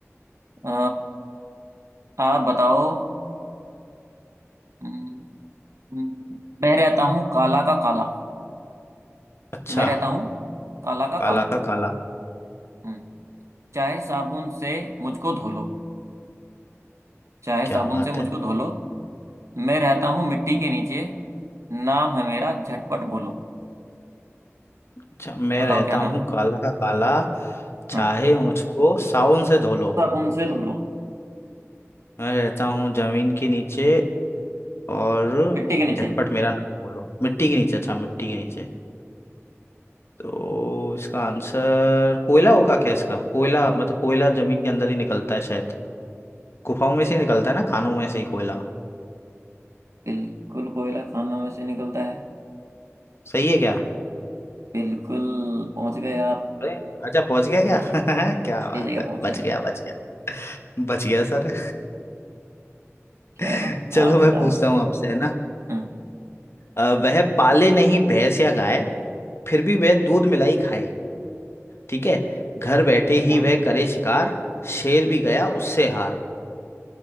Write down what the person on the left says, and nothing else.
अच्छा
काला
का काला
क्या
बात
है
अच्छा मैं
रहता
हूँ
काला का काला चाहे
मुझको सावन से धो लो
मैं रहता हूँ जमीन के नीचे और
झटपट मेरा नाम बोलो मिट्टी के नीचे अच्छा मिट्टी के नीचे तो इसका आंसर कोयला होगा क्या इसका कोयला मतलब कोयला जमीन के अंदर ही निकलता है शायद गुफाओं में से ही निकलता है ना खानों में से ही कोयला
सही है क्या
अरे अच्छा पहुंच गया
क्या <laughs> क्या
बात
है
बच गया बच गया बच गया सर
<laughs> चलो
मैं
पूछता हूँ आपसे है ना
अ, वह पाले नहीं भैंस या गाय फिर भी वह दूध मिलाई खाए ठीक है घर बैठे
ही वह करे शिकार शेर भी
गया उससे हार